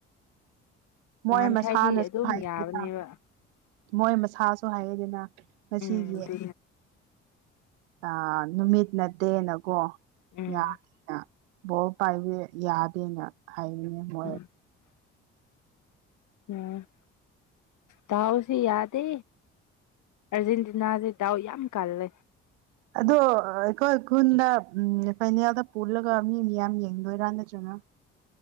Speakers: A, on the right; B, on the left.
A: ꯃꯣꯏ
B: ꯅꯍꯥꯟꯈꯥꯏꯗꯤ
A: ꯃꯁꯥꯅꯁꯨ
B: ꯑꯗꯨꯝ
A: ꯍꯥꯏꯗꯅ
B: ꯌꯥꯕꯅꯦꯕ
A: ꯃꯣꯏ ꯃꯁꯥꯁꯨ ꯍꯥꯏꯌꯦꯗꯅ ꯉꯁꯤꯒꯤ
B: ꯎꯝ ꯑꯗꯨ
A: ꯑ ꯅꯨꯃꯤꯠ ꯅꯠꯇꯦꯅꯀꯣ
B: ꯎꯝ
A: ꯌꯥꯗꯦꯅ ꯕꯣꯔ ꯄꯥꯏꯕ ꯌꯥꯗꯦꯅ ꯍꯥꯏꯕꯅꯦ ꯃꯣꯏ
B: <inaudible> ꯎꯝ ꯗꯥꯎꯁꯤ ꯌꯥꯗꯦ ꯑꯔꯖꯦꯟꯇꯤꯅꯥꯁꯦ ꯗꯥꯎ ꯌꯥꯝ ꯀꯜꯂꯦ
A: ꯑꯗꯣ ꯑꯩꯈꯣꯏ ꯈꯨꯟꯗ ꯎꯝ ꯐꯥꯏꯅꯦꯜꯗ ꯄꯨꯜꯂꯒ ꯃꯤ ꯃꯤꯌꯥꯝ ꯌꯦꯡꯗꯣꯏꯔꯥ ꯅꯠꯇ꯭ꯔꯅ